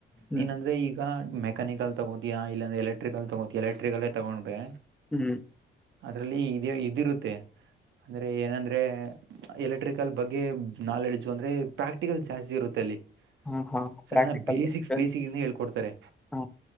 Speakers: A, in the centre; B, on the right.
A: ಹ್ಮ್
B: ನೀನಂದ್ರೆ ಈಗ ಮೆಕಾನಿಕಲ್ ತಗೋತಯ ಇಲ್ಲಾಂದರೆ ಎಲೆಕ್ಟ್ರಿಕಲ್ ತಗೋತಯ ಎಲೆಕ್ಟ್ರಿಕಲ್ಲೇ ತೊಗೊಂಡ್ರೆ
A: ಹ್ಮ್
B: ಅದ್ರಲ್ಲಿ ಇದ ಇದಿರುತ್ತೆ ಅಂದ್ರೆ ಏನಂದ್ರೆ ಎಲೆಕ್ಟ್ರಿಕಲ್ ಬಗ್ಗೆ ನಾಲೆಡ್ಜ್ ಅಂದ್ರೆ ಪ್ರಾಕ್ಟಿಕಲ್ ಜಾಸ್ತಿ ಇರುತ್ತೆ <unintelligible>
A: ಹಾ ಹಾ
B: ಸರಿ
A: ಪ್ರಾಕ್ಟಿಕಲ್
B: ನ ಬೇಸಿಕ್
A: ಅಂದ್ರೆ
B: ಬೇಸಿಕ್ ಹೇಳ್ಕೊಡ್ತಾರೆ
A: ಹಾ